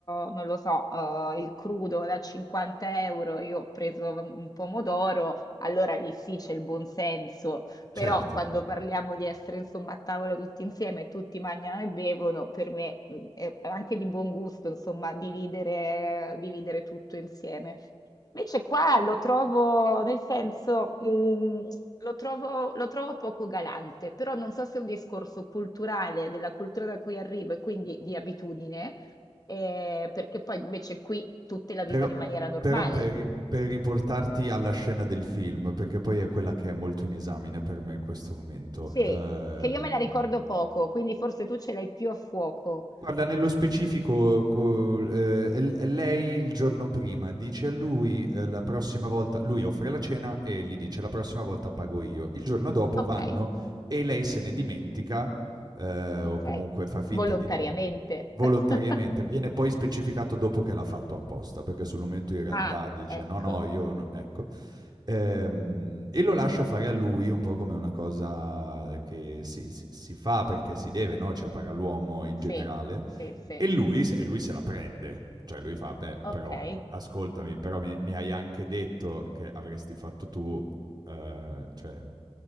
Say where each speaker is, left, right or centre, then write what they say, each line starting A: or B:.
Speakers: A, on the left; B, on the right.
A: non lo so, eh, il crudo da 50 euro, io ho preso un pomodoro, allora lì sì c'è il buon senso.
B: Certo,
A: Però quando parliamo di essere insomma a tavola tutti insieme, tutti mangiano e bevono, per me mh, è anche di buon gusto insomma dividere, dividere tutto insieme. Invece qua lo trovo, nel senso, mh, lo trovo, lo trovo poco galante, però non so se è un discorso culturale, della cultura da cui arrivo e quindi di abitudine, eh, perché poi invece qui tutti la
B: però
A: vivono in maniera normale.
B: però per ri per riportarti alla scena del film, perché poi è quella che è molto in esame per me in questo momento,
A: Sì,
B: ehm
A: che io me la ricordo poco, quindi forse tu ce l'hai più a fuoco.
B: Guarda, nello specifico, co ehm, è l è lei il giorno prima, dice a lui, ehm, la prossima volta lui offre la cena e gli dice: "La prossima volta pago io". Il giorno dopo
A: Okay,
B: vanno e lei se ne dimentica, ehm,
A: okay.
B: o comunque fa finta
A: Volontariamente.
B: di dimen Volontariamente,
A: <laughs>
B: viene poi specificato dopo che l'ha fatto apposta, perché sul momento in realtà
A: Ah,
B: dice:
A: ecco.
B: "No, no, io no" ecco. Ehm, e lo lascia fare a lui un po' come una cosa che si si si fa perché si deve, no, cioè paga l'uomo in
A: Sì,
B: generale,
A: sì, sì.
B: e lui se e lui se la prende. Cioè lui fa: "Beh,
A: Okay.
B: però ascoltami, però mi mi hai anche detto che avresti fatto tu, uhm, cioè